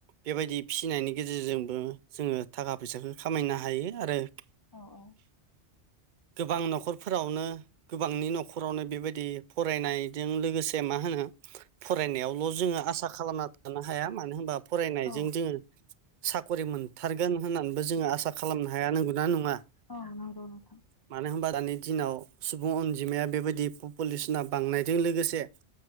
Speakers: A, on the right; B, on the left.
A: बेबायदि फिसिनायनि गेजेरजोंबो जोंङो थाखा फैसाखौ खामायनो हायो आरो।
B: औ औ
A: गोबां न'खरफोरावनो गोबांनि न'खरावनो बेबायदि फरायनायजों लोगोसे मा होनो फरायनायावल' जोङो आसा खालामना थानो हाया मानो होनबा फरायनायजों
B: औ
A: जोङो साख'रि मोनथारगोन होननानैबो जोङो आसा खालामनो हाया नांगौ ना नङा
B: औ नंगौ नोंथां
A: मानो होनबा दानि दिनाव सुबुं अनजिमाया बेबायदि पलिउसना बांनायजों लोगोसे